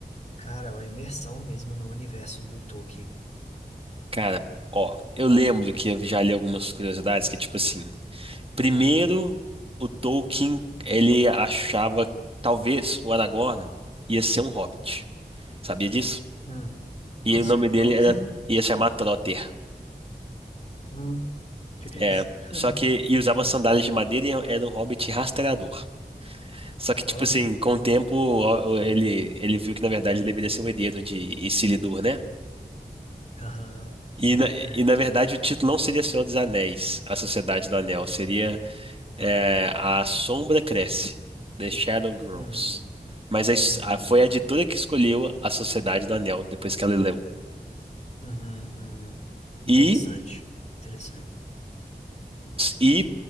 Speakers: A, on the left; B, on the right.
A: Cara, é uma imersão mesmo no universo do Tolkien.
B: cara, ó, eu lembro que eu já li algumas curiosidades que tipo assim, primeiro o Tolkien ele achava que talvez o Aragorn ia ser um hobbit, sabia disso?
A: Hum. Nossa,
B: E o nome dele
A: não.
B: era
A: <laughs>
B: ia se chamar Trotter.
A: Hum. Que
B: É,
A: isso? <laughs>
B: só que e usava sandálias de madeira e era um hobbit rastreador. Só que tipo
A: Olha,
B: assim, com o tempo ó, ó, ele ele viu que na verdade ele deveria ser o herdeiro de Isildur, né?
A: aham, sim,
B: E na,
A: é.
B: e na verdade o título não seria Senhor dos Anéis, A Sociedade do Anel, seria é, A Sombra Cresce, The Shadow Grows.
A: Hum,
B: Mas a his-
A: hum,
B: a- foi a editora que escolheu A Sociedade do Anel depois que ela leu.
A: uhum, uhum. Interessante,
B: E
A: interessante.
B: e